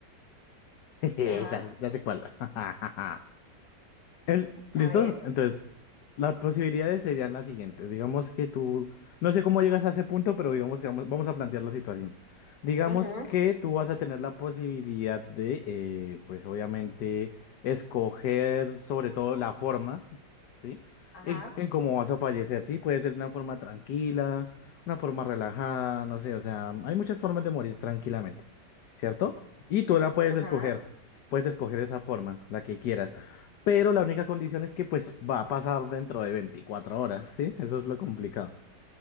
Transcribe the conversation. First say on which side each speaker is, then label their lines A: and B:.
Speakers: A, on the left; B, on the left.
A: <laughs> Jeje,
B: Ajá,
A: ya, ya sé cuál. <laughs> El, ¿listo?
B: a ver.
A: Entonces Las posibilidades serían las siguientes. Digamos que tú, no sé cómo llegas a ese punto, pero digamos que vamos, vamos a plantear la situación. Digamos
B: Ujú,
A: que tú vas a tener la posibilidad de, eh, pues obviamente, escoger sobre todo la forma, ¿sí?
B: Ajá,
A: En, en cómo vas a fallecer, ¿sí? Puede ser de una forma tranquila, una forma relajada, no sé, o sea, hay muchas formas de morir tranquilamente, ¿cierto? Y tú la puedes
B: ajá.
A: escoger, puedes escoger esa forma, la que quieras pero la única condición es que pues va a pasar dentro de 24 horas, ¿sí? Eso es lo complicado.